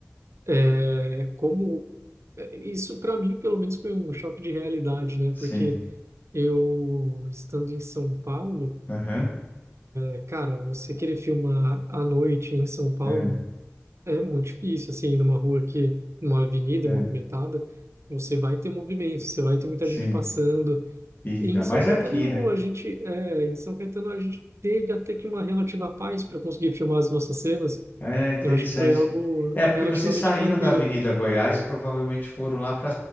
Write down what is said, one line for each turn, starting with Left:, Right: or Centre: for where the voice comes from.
Right: é, como é, isso para mim pelo menos foi um choque de realidade, né?
Left: Sim.
Right: Porque eu estando em São Paulo,
Left: Aham.
Right: é, cara, você querer filmar à noite em São Paulo
Left: É,
Right: É muito difícil, assim, numa rua que, numa avenida
Left: é.
Right: movimentada, você vai ter movimento, você vai ter muita
Left: Sim.
Right: gente passando.
Left: E ainda
Right: E em
Left: mais
Right: São Caetano,
Left: aqui,
Right: não,
Left: né?
Right: a gente, é, em São Caetano, a gente teve até que uma relativa paz para conseguir filmar as nossas cenas.
Left: É interessante.
Right: Eu acho que foi algo
Left: É, porque
Right: relativamente
Left: vocês saíram
Right: tranquilo.
Left: da Avenida Goiás e provavelmente foram lá para